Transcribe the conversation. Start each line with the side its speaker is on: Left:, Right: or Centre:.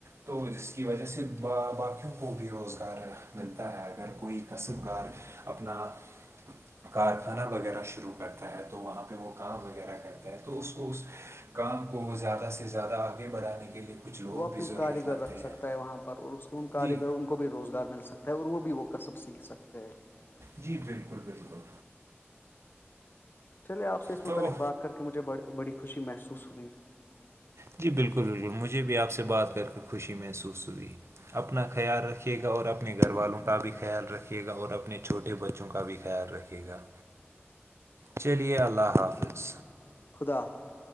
Right: تو جس کی وجہ سے با باقی لوں کو بھی روزگار ملتا ہے اگر کوئی کسب کار اپنا کارخانہ وغیرہ شروع کرتا ہے تو وہاں پہ وہ کام وغیرہ کرتا ہے تو اس کو اس کام کو وہ زیادہ سے زیادہ آگے بڑھانے کے لیے کچھ لوگ
Left: وہ اپنے
Right: بھی ضرورت
Left: کاریگر
Right: لگتے
Left: رکھ
Right: ہیں
Left: سکتا ہے وہاں پر اور اس کے ان کاریگر
Right: جی
Left: ان کو بھی روزگار مل سکتا ہے اور وہ بھی وہ کصب سیکھ سکتے ہیں
Right: جی بالکل بالکل
Left: چلے آپ سے اس
Right: تو
Left: متعلق بات کر کے مجھے بڑی خوشی محسوس ہوئی
Right: جی بالکل بالکل مجھے بھی آپ سے بات کر کے خوشی محسوس ہوئی اپنا خیال رکھیے گا اور اپنے گھر والوں کا بھی خیال رکھیے گا اور اپنے چھوٹے بچوں کا بھی خیال رکھے گا گا
Left: <inaudible>
Right: چلیے اللہ حافظ
Left: خدا حافظ